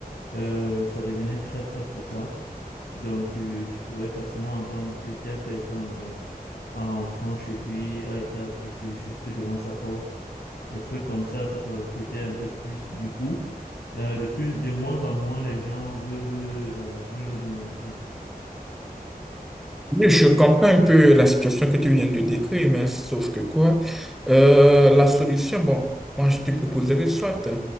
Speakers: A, on the left; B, in the centre.
A: euh, ça devenait très, très fréquent. Donc, euh, tu pouvais facilement entendre que telle personne, donc, en rentrant chez lui, a été agressée juste devant sa porte. Des trucs comme ça, ça se répétait un peu plus. Du coup, euh, de plus, de moins en moins, les gens veulent, euh, veulent le dénoncer, en fait.
B: Oui, Je comprends un peu la situation que tu viens de décrire, mais sauf que quoi, euh, la solution, bon, moi je te proposerais soit.